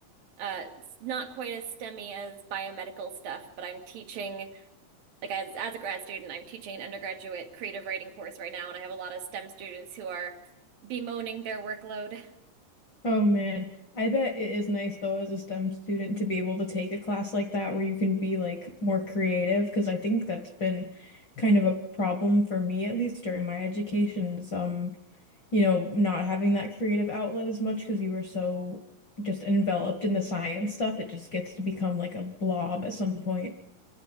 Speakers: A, on the right; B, on the left.
A: uh, it's not quite as STEMmy as biomedical stuff. But I'm teaching. like as as a grad student, I'm teaching an undergraduate creative writing course right now, and I have a lot of STEM students who are bemoaning their workload
B: Oh man, I bet it is nice though as a STEM student to be able to take a class like that where you can be like more creative because I think that's been kind of a problem for me at least during my education is um you know not having that creative outlet as much because you were so just enveloped in the science stuff it just gets to become like a blob at some point.